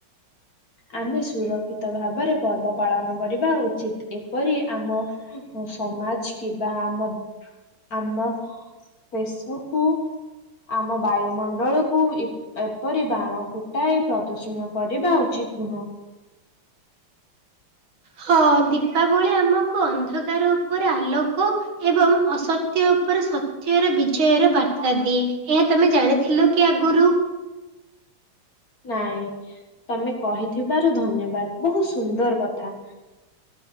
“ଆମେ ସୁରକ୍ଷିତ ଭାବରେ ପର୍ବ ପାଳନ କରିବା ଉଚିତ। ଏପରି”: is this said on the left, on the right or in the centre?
Left